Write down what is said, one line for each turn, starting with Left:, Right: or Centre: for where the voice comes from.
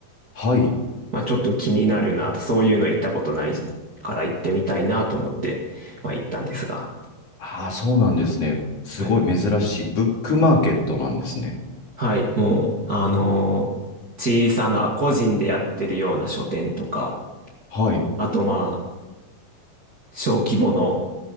Left: はい。
Right: まあ、ちょっと気になるなと、そういうの行ったことないから行ってみたいなと思って、まあ、行ったんですが、
Left: ああ、そうなんですね。すごい珍しい。
Right: はい。
Left: ブックマーケットなんですね。
Right: はい、もう、あのー小さな個人でやってるような書店とか、
Left: うんはい。
Right: あとまあ、小規模の